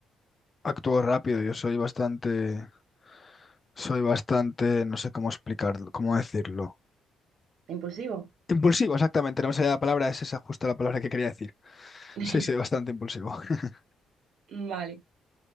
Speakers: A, on the left (about 30°); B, on the right (about 75°).
A: Actúo rápido, yo soy bastante, soy bastante, no sé cómo explicarlo, cómo decirlo.
B: Impulsivo.
A: Impulsivo, exactamente, no me salía la palabra, es esa justo la palabra que quería decir.
B: <laughs>
A: Sí, sí, bastante impulsivo. <laughs>
B: Vale.